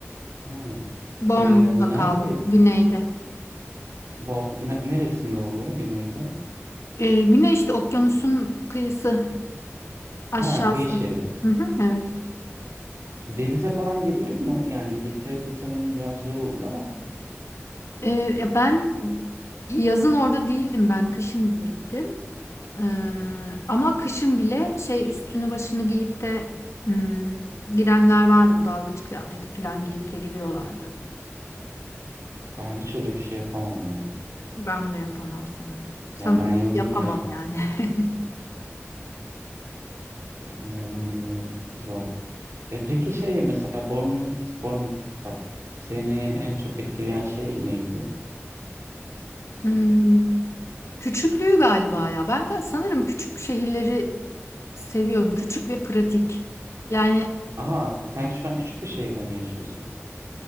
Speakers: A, on the right (about 75°); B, on the left (about 70°).
A: Ha.
B: Bournemouth'ta
A: E, neredeydi?
B: kaldım. Güneyde.
A: Bu, ne- neresinde oluyor güneyde?
B: Ee, güney işte okyanusun kıyısı aşağısı.
A: Ha kıyı şehri.
B: Hı hı, evet.
A: E, Denize falan giriliyor mu? Yani İngiltere'de sanırım biraz zor olur ama
B: Ee, ya ben yazın orada değildim ben. Kışın gittim. Ee, ama kışın bile şey üstünü başını giyip de hmm, girenler vardı bu dalgıç kıyafeti falan giyip de giriyorlardı.
A: Ben hiç öyle bir şey yapamam ya.
B: Ben de yapamam sanırım. Sanırım
A: Yani ben yazın
B: yapamam
A: bile
B: yani. <laughs>
A: hani yazın bile zor. E peki şey mesela Bournemouth, Bournemouth'ta seni en çok etkileyen şey neydi?
B: Hmm, küçüklüğü galiba ya. Ben ga- sanırım küçük şehirleri seviyorum. Küçük ve pratik. Yani
A: Aa sen şu an küçük bir şehirde mi yaşıyorsun?